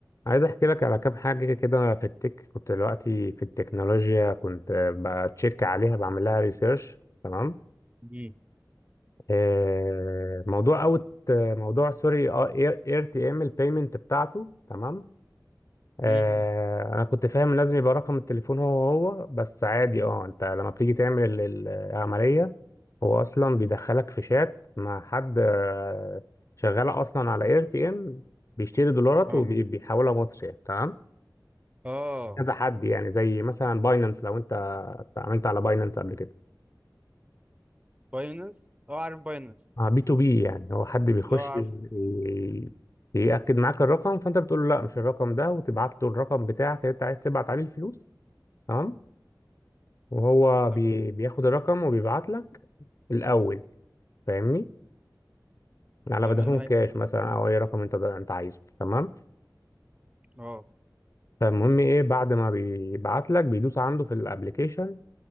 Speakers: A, on the left; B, on the right.
A: عايز احكي لك على كام حاجه كده في التك كنت دلوقتي في التكنولوجيا كنت بتشيك عليها بعمل لها ريسيرش تمام
B: امم
A: آه، موضوع اوت موضوع سوري اير تي ام البيمنت بتاعته تمام آه،
B: امم
A: انا كنت فاهم إن لازم يبقى رقم التليفون هو هو بس عادي اه انت لما بتيجي تعمل ال- ال- العمليه هو اصلا بيدخلك في شات مع حد آه، شغال اصلا على اير تي ام بيشتري دولارات
B: اه
A: مم. وبيحولها مصري تمام
B: اه
A: كذا حد يعني زي مثلا باينانس لو انت اتعاملت على باينانس قبل كده
B: باينانس اه عارف باينانس
A: اه بي تو بي يعني هو حد بيخش
B: اه عارف
A: ي- يأكد معاك الرقم فانت بتقول له لا مش الرقم ده وتبعت له الرقم بتاعك اللي انت عايز تبعت عليه الفلوس تمام وهو بي
B: تمام
A: بياخد الرقم وبيبعت لك الاول فاهمني على
B: تمام
A: فودافون كاش
B: ايوه فاهم.
A: مثلا او اي رقم انت انت عايزه تمام
B: اه
A: فالمهم ايه بعد ما بيبعت لك بيدوس عنده في الابليكيشن